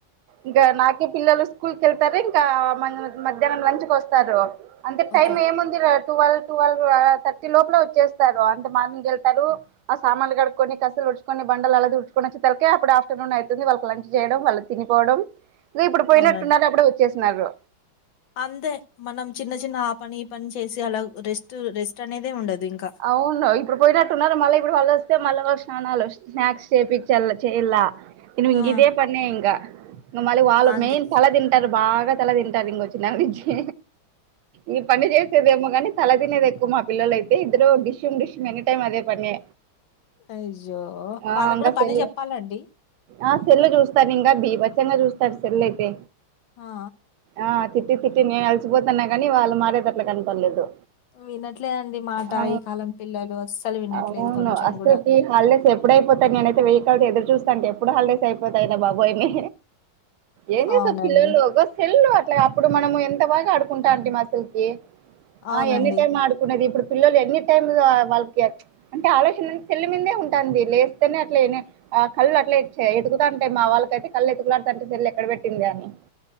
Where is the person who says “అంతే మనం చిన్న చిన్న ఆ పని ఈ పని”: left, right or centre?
Left